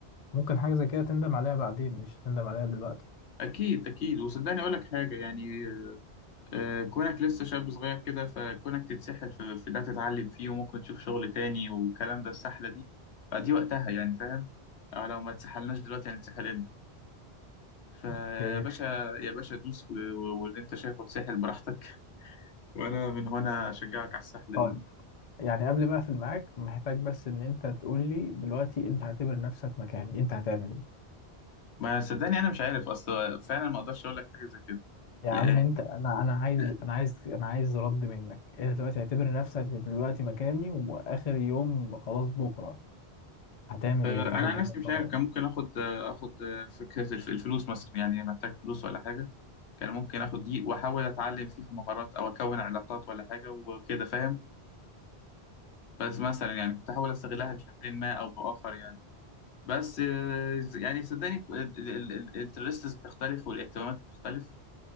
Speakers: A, on the left (about 45°); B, on the left (about 80°).
A: ممكن حاجة زي كده تندم عليها بعدين مش هتندم عليها دلوقتي
B: اكيد اكيد وصدقني اقول لك حاجه يعني آه، كونك لسه شاب صغير كده فكونك تتسحل في, في ده تتعلم فيه وممكن تشوف شغل تاني والكلام ده السحله دي فدي وقتها يعني فاهم آه، لو ما تسحلناش دلوقتي هنتسحل امتى فيا
A: اوكي
B: باشا يا باشا دوس و- و- واللي انت شايفه اتسحل براحتك وانا من هنا اشجعك على السحله
A: طيب
B: دي
A: يعني قبل ما أقفل معاك محتاج بس إن أنت تقول لي دلوقتي أنت هتعتبر نفسك مكاني أنت هتعمل إيه
B: ما صدقني انا مش عارف اصلا فعلا ما اقدرش اقول لك حاجه زي كده
A: يا
B: لان
A: عم أنت أنا أنا عايز
B: <laughs>
A: أنا عايز أنا عايز رد منك أنت دلوقتي هتعتبر نفسك دلوقتي مكاني وآخر يوم خلاص بكرة هتعمل
B: آه،
A: إيه هتاخد
B: انا عن
A: أنهي
B: نفسي مش
A: قرار
B: عارف كان ممكن اخد آه، اخد آه، فكره الف- الفلوس مثلا يعني محتاج فلوس ولا حاجه كان ممكن اخد دي واحاول اتعلم فيها مهارات او اكون علاقات ولا حاجه وكده فاهم بس مثلا يعني كنت احاول استغلها بشكل ما او باخر يعني بس آه، يعني صدقني الانترستس بتختلف والاهتمامات بتختلف